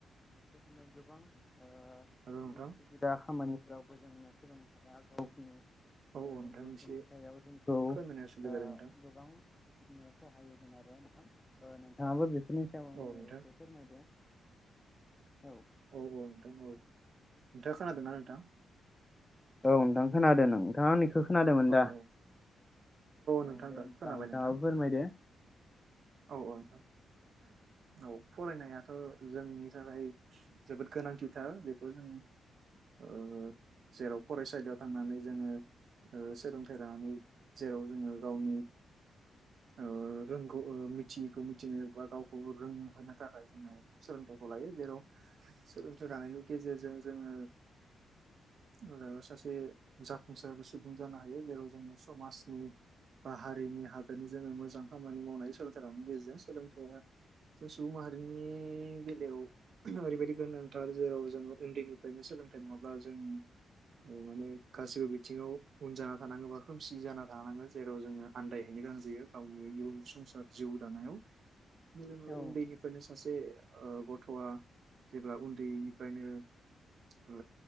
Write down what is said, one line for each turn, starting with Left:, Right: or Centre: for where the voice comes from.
Left: <inaudible>
Right: हेल'
Left: <inaudible>
Right: नोंथां
Left: <inaudible>
Right: औ
Left: जोंखौ
Right: औ नोंथां एसे खोनानाय असुबिदा
Left: ओ
Right: जादों नोंथां
Left: गोबां <inaudible>
Right: औ नोंथां
Left: औ
Right: औ औ नोंथां औ नोंथाङा खोनादोंना नोंथां?
Left: औ नोंथां खोनादों नों नोंथाङा आंनिखो खोनादोमोन
Right: औ
Left: दा
Right: औ नोंथां
Left: औ दे
Right: दासो
Left: <inaudible> नोंथाङाबो
Right: खोनाबाय नोंथां
Left: फोरमायदो
Right: औ औ नोंथां। औ फरायनायाथ' जोंनि थाखाय जोबोद गोनांथिथार बेखौ जों ओ जेराव फरायसालियाव थांनानै जोङो ओ सोलोंथाइ लानानै जेराव जोङो गावनि ओ रोंगौ <unintelligible> मिथियैखौ मिथिनो बा गावखौ रोंहोनो थाखाय जोङो सोलोंथाइखौ लायो जेराव सोलोंथाइ लानायनि गेजेरजों जोङो
Left: <inaudible>
Right: ओ सासे जाफुंसार सुबुं जानो हायो जेराव जोङो समाजनि बा हारिनि हादोरनि जोङो मोजां खामानि मावनायनि सोलोंथाइ गेजेजों सोलोंथाया जों सुबुं माहारिनि बेलायाव ओरैबायदि गोनांथार जेराव जों उन्दैनिफ्रायनो सोलों लोंथाय नङाब्ला जों अ माने गासिबो बिथिङाव उन जाना थानाङो बा खोमसि जाना थानाङो जेराव जोङो आन्दायहैनो गोनां जायो गावनि इयुन संसार जिउ दानायाव जोङो
Left: औ
Right: उन्दैनिफ्रायनो सासे ओ गथ'आ जेब्ला उन्दैनिफ्रायनो ओ